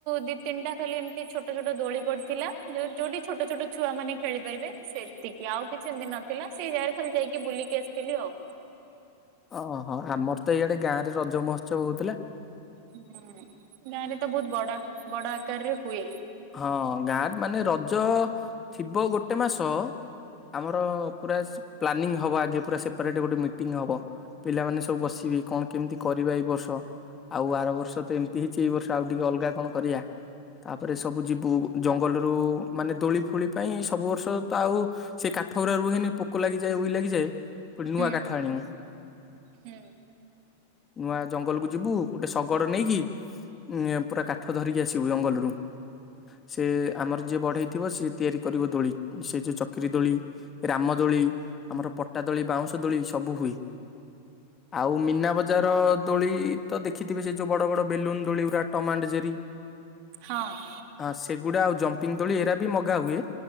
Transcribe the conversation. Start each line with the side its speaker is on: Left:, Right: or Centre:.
Right: ଦି ତିନିଟା ଖାଲି ଏମିତି ଛୋଟ ଛୋଟ ଦୋଳି ପଡିଥିଲା ଯୋଉ ଯୋଉଟି ଛୋଟ ଛୋଟ ଛୁଆମାନେ ଖେଳି ପାରିବେ। ସେତିକି, ଆଉ କିଛି ଏମିତି ନଥିଲା ସେଇ ଜାଗାରେ ଖାଲି ଯାଇକି ବୁଲିକି ଆସିଥିଲି ଆଉ।
Left: ଓହୋ ଆମର ତ ଏଇଆଡେ ଗାଁରେ ରଜ ମହୋତ୍ସବ ହଉଥିଲା।
Right: ହୁଁ। ଗାଁରେ ତ ବହୁତ ବଡ, ବଡ ଆକାରରେ ହୁଏ।
Left: ହଁ ଗାଁରେ ମାନେ ରଜ ଥିବ ଗୋଟେ ମାସ ଆମର ପୁରା ପ୍ଲାନିଂ ହବ ଆଗେ ପୁରା ସେପାରେଟ୍ ଗୋଟେ ମିଟିଂ ହବ। ପିଲାମାନେ ସବୁ ବସିବି କଣ କେମିତି କରିବା ଏଇ ବର୍ଷ। ଆଉ ଆର ବର୍ଷ ତ ଏମିତି ହେଇଛି ଏଇ ବର୍ଷ ଆଉ ଟିକେ ଅଲଗା କଣ କରିବା? ତାପରେ ସବୁ ଯିବୁ ଜଙ୍ଗଲରୁୁ ମାନେ ଦୋଳି ଫୋଳି ପାଇଁ ସବୁ ବର୍ଷ ତ ଆଉ ସେ କାଠ ଗୁଡା ରୁହେନି ପୋକ ଲାଗିଯାଏ ଉଇ ଲାଗିଯାଏ ନୂଆ
Right: ହୁଁ
Left: କାଠ ଆଣିବୁ।
Right: ହୁଁ
Left: ନୂଆ ଜଙ୍ଗଲ କୁ ଯିବୁ ଗୋଟେ ଶଗଡ଼ ନେଇକି। ଉ ପୁରା କାଠ ଧରିକି ଆସିବୁ ଜଙ୍ଗଲରୁ ସେ ଆମର ଯିଏ ବଢ଼େହେଇଥିବ ସିଏ। ତିଆରି କରିବ ଦୋଳି ସେ ଯେଉଁ ଚକିରି ଦୋଳି। ରାମଦୋଳି ଆମର ପଟା ଦୋଳି ବାଉଁଶ ଦୋଳି ସବୁ ହୁଏ। ଆଉ ମୀନା ବଜାର ଦୋଳି ତ ଦେଖିଥିବେ ସେ ଯୋଉ ବଡ ବଡ ବେଲୁନ ଦୋଳି ପୁରା। ଟମାଣ୍ଡ ଜେରି
Right: ହଁ
Left: ହ ସେଗୁଡା ଆଉ ଜମ୍ପିଙ୍ଗ ଦୋଳି ଏରା ବି ମଗା ହୁଏ।